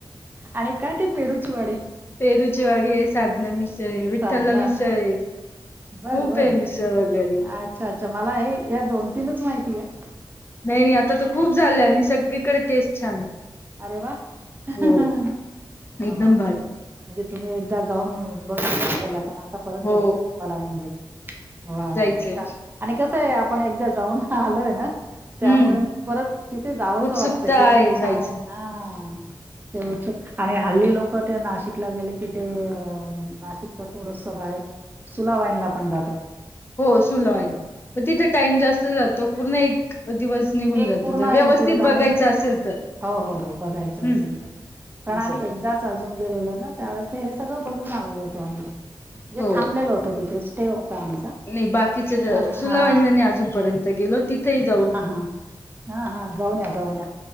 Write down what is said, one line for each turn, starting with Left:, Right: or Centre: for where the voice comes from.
Right: आणि काय ते पेरूची वाडी.
Left: पेरूचीवाडी हे, साधना मिसळ हे, विठ्ठल
Right: साधना
Left: मिसळ हे,
Right: बर
Left: खूप
Right: बर
Left: हे मिस मिसळ वगैरे.
Right: अच्छा अच्छा, मला हे या दोन-तीनच माहिती आहे.
Left: नाही नाही, आता तर खूप झाल्या आणि सगळीकडे टेस्ट छान आहे.
Right: अरे वा, वा
Left: हो.
Right: वा
Left: एकदम
Right: वा.
Left: भारी
Right: म्हणजे तुम्ही एकदा जाऊन <inaudible> आता परत
Left: हो
Right: जायचंय तुम्हाला म्हणजे वा वा
Left: जायचंय
Right: वा छान, आणि कसंय आपण एकदा जाऊन आलोय ना त्यामुळे
Left: हम्म
Right: परत तिथे जावस
Left: उत्सुकता
Right: वाटतय, की नाही छान
Left: जायची.
Right: आहे, हा ते होत आणि हल्ली लोक ते नाशिकला गेले की ते अ नाशिकच्या थोडस बाहेर सुला वाईनला पण जाता.
Left: हो सुलवाईन, तिथ टाइम जास्त जातो पूर्ण एक दिवस निघून
Right: एक
Left: जातो
Right: पूर्ण
Left: जर
Right: एक
Left: व्यवस्थित
Right: दिवस,
Left: बघायचं
Right: आणि
Left: असेल तर
Right: हो हो हो बघायचं
Left: हम्म
Right: असेल तर कारण
Left: असं
Right: आम्ही एकदाच अजून गेलेलो ना, त्यावेळेस ते हे सगळं बघून आलेलो होतो आम्ही. म्हणजे
Left: हो.
Right: थांबलेलो होतो तिथे, स्टे होता आमचा.
Left: नाही बाकीचे झा,
Right: हा
Left: सुलावाईनला नाही अजूनपर्यंत गेलो तिथही जा.
Right: हा हा, हा हा जाऊन या जाऊन या.